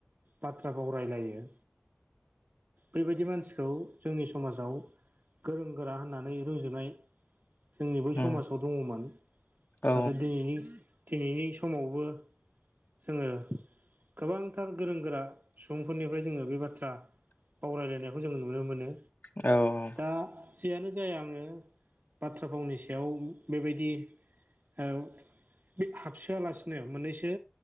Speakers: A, on the right (about 50°); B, on the left (about 50°).
A: बाथ्रा बाव रायलायो बेबायदि मानसिखौ जोंनि समाजाव गोरों गोरा होननानै रुजुनाय जोंनि बै
B: उम
A: समाजाव दङमोन
B: औ
A: आरो दिनैनि दिनैनि समावबो जोङो गोबांथार गोरों गोरा सुबुंफोरनिफ्राय जोङो बे बाथ्रा माव रायलायनायखौ जों नुनो मोनो।
B: औ औ।
A: दा जेयानो जाया आङो बाथ्रा भावनि सायाव बेबायदि औ <unintelligible> हाबसोआलासिनो मोननैसो